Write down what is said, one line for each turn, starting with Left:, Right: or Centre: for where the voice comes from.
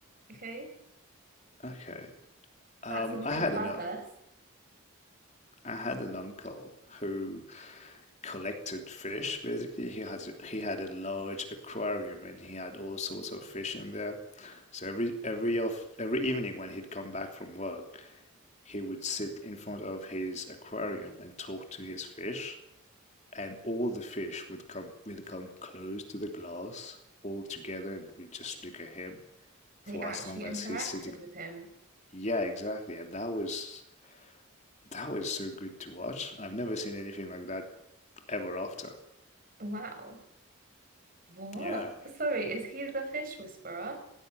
Right: Okay?
Left: Okay. Um,
Right: That's the
Left: I
Right: main
Left: had
Right: purpose.
Left: an uh, I had an uncle who collected fish. Basically, he has he had a large aquarium and he had all sorts of fish in there. So every every of every evening when he'd come back from work, he would sit in front of his aquarium and talk to his fish, and all the fish would come would come close to the glass all together and would just look at him for
Right: They actually
Left: as long as
Right: interacted
Left: he's sitting.
Right: with him.
Left: Yeah, exactly. And that was that was so good to watch. I've never seen anything like that ever after.
Right: Wow. What?
Left: Yeah,
Right: Sorry, is he the fish whisperer?